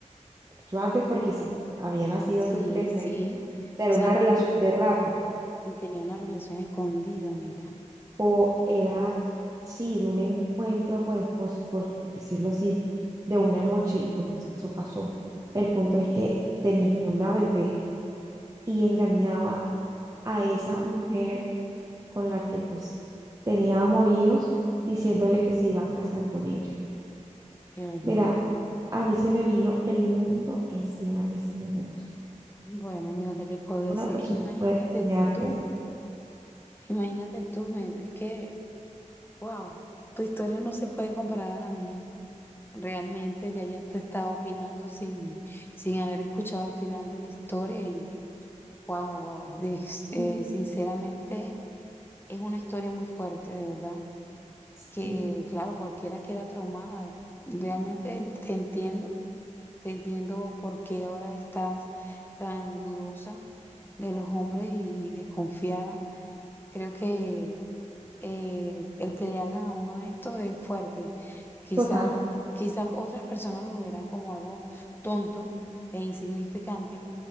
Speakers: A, on the right (about 25°); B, on the left (about 15°).
A: mucho antes, porque si había nacido
B: Sí,
A: hace tres
B: sí.
A: meses, o sea, era
B: O sea,
A: una relación de rato,
B: sí tenía una relación escondida, amiga.
A: o era, sí, de un encuentro, pues, pos- por decirlo así, de una noche, y por eso pasó. El punto es que tenía una bebé y engañaba a esa mujer con la que pues tenía amoríos, diciéndole que se iba a casar con ella.
B: Qué horror.
A: Mira,
B: amiga.
A: a mí se me vino el mundo encima en ese momento.
B: Bueno, amigo, ¿qué te puedo decir?
A: Una persona
B: Imagínate
A: puede engañarte
B: tú,
A: de esa
B: imagínate tú, me- es que, wow, tu historia no se puede comparar a la mía. Realmente ya ya te estaba opinando sin, sin haber escuchado el final de la historia y, wow, wow, de- eh,
A: manera. Mm,
B: sinceramente es una historia muy fuerte, de verdad, que
A: Sí,
B: claro, cualquiera queda traumada. Realmente te entiendo Te entiendo por qué ahora estás tan dudosa de los hombres y, desconfiada. Creo que eh, el que le hagan a uno esto es fuerte. Quizás,
A: total.
B: quizás otras personas lo verán como algo tonto e insignificante,